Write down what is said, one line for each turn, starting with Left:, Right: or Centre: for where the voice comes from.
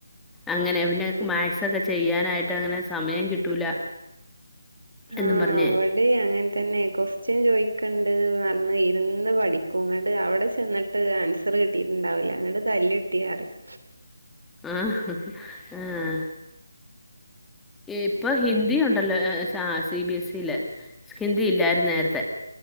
Centre: അങ്ങനെ പിന്നെ എനിക്ക് മാക്സ് ഒക്കെ ചെയ്യാനായിട്ട് അങ്ങനെ സമയം കിട്ടൂല
Right: ആ
Centre: എന്നും പറഞ്ഞേ
Right: അവടേം അങ്ങനെ തന്നെ ക്വസ്റ്റ്യൻ ചോയ്ക്കണ്ട് പറഞ് ഇരുന്ന് പഠി- ക്കും ഇങ്ങണ്ട് അവടെ ചെന്നിട്ട് ആൻസർ കിട്ടിട്ടുണ്ടാവൂല എന്നിട്ട് തല്ല് കിട്ടിയാറിയും..
Centre: ആഹ ആഹ് ഇപ്പൊ ഹിന്ദി ഉണ്ടല്ലോ സി ബി എസ് സില് ഹിന്ദി ഇല്ലായിര്ന്ന് നേരത്തെ